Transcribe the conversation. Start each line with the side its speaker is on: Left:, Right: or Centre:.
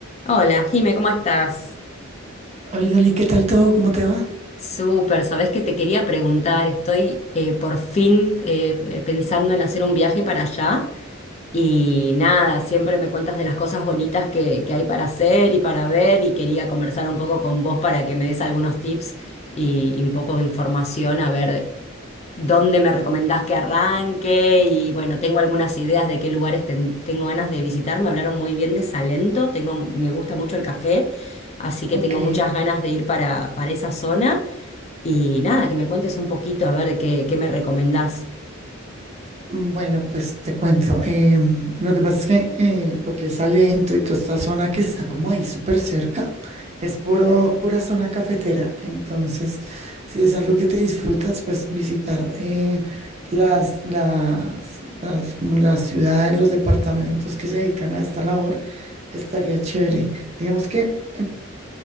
Left: Hola, Jime, ¿cómo estás?
Right: Oli, Oli, ¿qué tal todo? ¿Cómo te va?
Left: Súper, sabés que te quería preguntar, estoy eh, por fin eh, eh, pensando en hacer un viaje para allá y nada, siempre me cuentas de las cosas bonitas que, que hay para hacer y para ver y quería conversar un poco con vos para que me des algunos tips y, y un poco de información a ver dónde me recomendás que arranque y bueno, tengo algunas ideas de qué lugares ten- tengo ganas de visitar. Me hablaron muy bien de Salento, tengo, me gusta mucho el café, así que
Right: Ok,
Left: tengo muchas ganas de ir para, para esa zona. Y nada, que me cuentes un poquito a ver qué, qué me recomendás.
Right: bueno, pues te cuento. em, lo que pasa es que eh, lo que es Salento y toda esta zona que está como ahí súper cerca es puro, pura zona cafetera. Entonces, si es algo que te disfrutas, pues visitar eh, las, las, las, como las ciudades, los departamentos que se dedican a esta labor estaría chévere. Digamos que